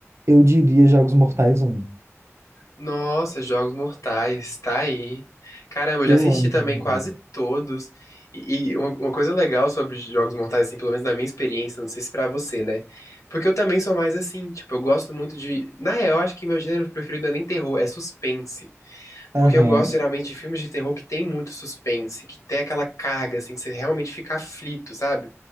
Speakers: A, on the right (about 60°); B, on the left (about 75°).
A: eu diria Jogos Mortais um
B: Nossa, Jogos Mortais, tá aí. Caramba, eu
A: Eu
B: já assisti
A: amo
B: também
A: Jogos
B: quase
A: Mortais.
B: todos. E, e uma uma coisa legal sobre Jogos Mortais, assim, pelo menos na minha experiência, não sei se pra você, né? Porque eu também sou mais assim, tipo, eu gosto muito de. Na real, eu acho que meu gênero preferido não é nem terror, é suspense.
A: Aham.
B: Porque eu gosto geralmente de filmes de terror que tem muito suspense, que tem aquela carga, assim, que você realmente fica aflito, sabe?